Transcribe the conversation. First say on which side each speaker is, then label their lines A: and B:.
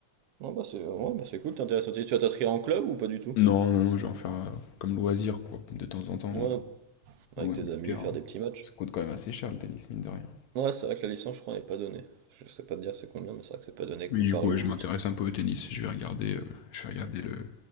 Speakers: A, on the right; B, on the left.
A: ouais, bah, c'est ouais, bah, c'est cool, t'es intéressé. Tu vas t'inscrire en club ou pas du tout?
B: Non, non, non, je vais en faire euh, comme loisir, quoi. De temps en temps,
A: Ouais,
B: euh,
A: avec
B: louer
A: tes
B: un petit
A: amis,
B: terrain.
A: faire des petits matchs.
B: Ça coûte quand même assez cher le tennis, mine de rien.
A: Ouais, c'est vrai que la licence, je crois, n'est pas donnée. Je sais pas te dire c'est combien, mais c'est vrai que c'est pas donné
B: Mais
A: comparé
B: du coup,
A: au
B: ouais,
A: foot.
B: je m'intéresse un peu au tennis. Je vais regarder, euh, je vais regarder le,